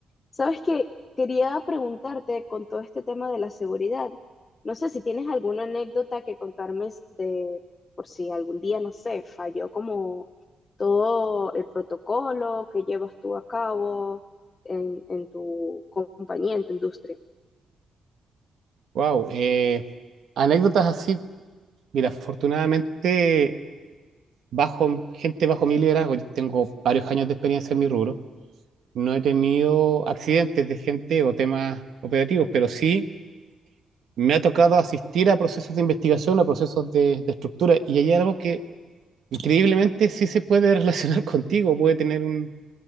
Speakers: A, on the left; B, on the right.
A: Sabes que quería preguntarte con todo este tema de la seguridad. No sé si tienes alguna anécdota que contarme s- de por si algún día, no sé, falló como todo el protocolo que llevas tú a cabo en, en tu compañía, en tu industria.
B: Wow. eh, anécdotas así. Mira, afortunadamente, bajo, gente bajo mi liderazgo, yo tengo varios años de experiencia en mi rubro. No he tenido accidentes de gente o temas operativos, pero sí me ha tocado asistir a procesos de investigación, a procesos de, de estructura. Y hay algo que increíblemente sí se puede relacionar <laughs> contigo, puede tener un-